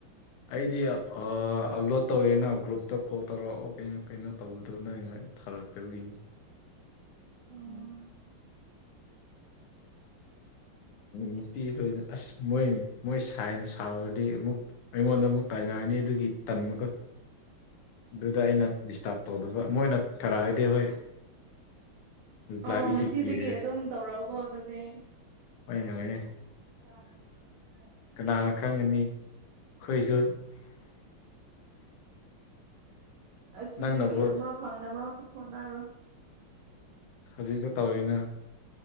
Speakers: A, on the left; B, on the right.
A: ꯑꯩꯗꯤ ꯑꯞꯂꯣꯗ ꯇꯧꯋꯦꯅ ꯒ꯭ꯔꯨꯞꯇ ꯀꯣꯜ ꯇꯧꯔꯛꯑꯣ ꯀꯩꯅꯣ ꯀꯩꯅꯣ ꯇꯧꯕꯗꫭ ꯅꯣꯏ ꯊꯥꯔꯛꯇꯕꯒꯤꯅꯤ
B: ꯎꯝ
A: <unintelligible> ꯅꯨꯄꯤ ꯂꯣꯏ ꯑꯁ ꯃꯣꯏ ꯃꯣꯏ ꯁꯥꯏꯅ ꯁꯥꯎꯔꯗꯤ ꯑꯃꯨꯛ ꯑꯩꯉꯣꯟꯗ ꯑꯃꯨꯛ ꯇꯥꯏꯅꯔꯅꯤ ꯑꯗꯨꯒꯤ ꯇꯟꯕꯒꯥ ꯑꯗꯨꯗ ꯑꯩꯅ ꯗꯤꯁꯇꯥꯔꯠ ꯇꯧꯗꯕ ꯃꯣꯏꯅ ꯊꯔꯛꯑꯗꯤ ꯍꯣꯏ ꯔꯤꯄ꯭ꯂꯥꯏꯕꯨꯗꯤ
B: ꯑꯣ ꯉꯁꯤꯗꯒꯤ
A: ꯄꯤꯔꯦ
B: ꯑꯗꯨꯝ ꯇꯧꯔꯛꯎꯀꯣ ꯑꯗꯨꯗꯤ
A: ꯍꯣꯏꯅꯦ ꯍꯣꯏꯅꯦ
B: ꯇ <unintelligible>
A: ꯀꯅꯥꯅ ꯈꯪꯒꯅꯤ ꯑꯩꯈꯣꯏꯁꯨ
B: ꯑꯁꯤꯗꯒꯤ
A: ꯅꯪꯅꯕꯨ
B: ꯑꯃ ꯐꯪꯅꯕ ꯍꯣꯠꯅꯔꯣ
A: ꯍꯧꯖꯤꯛꯇ ꯇꯧꯋꯔꯤꯅ